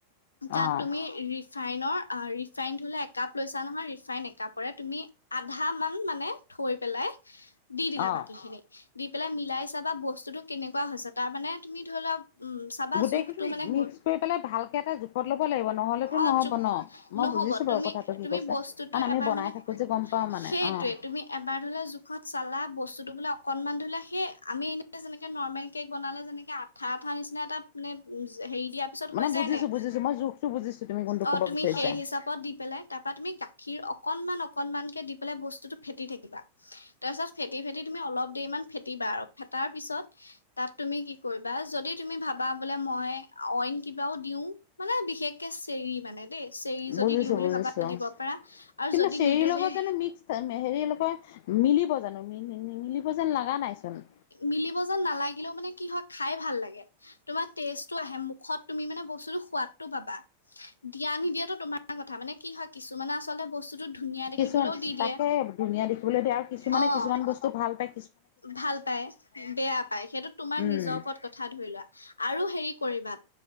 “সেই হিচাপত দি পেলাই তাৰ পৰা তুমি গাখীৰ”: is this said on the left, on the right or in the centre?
Left